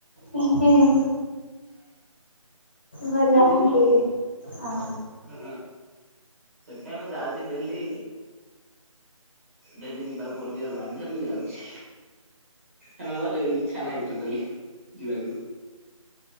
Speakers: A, on the left (about 20°); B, on the right (about 25°).
A: ହୁଁ ହୁଁ। ଭଲ
B: ବହୁତ
A: ଆଣ୍ଟି
B: ଭଲ
A: ହଁ।
B: ହଁ ଦେଖିଆ ମୁଁ ଯାଉଚି ଡେଲି ଡେଲି ଯିବାକୁ ପଡୁଚି ଆଉ ବାଧ୍ୟରେ ବି ଯାଉଛି। ହେଲେ ମୋର ଇଚ୍ଛା ନାହିଁ ଟୋଟାଲି ଯିବାକୁ।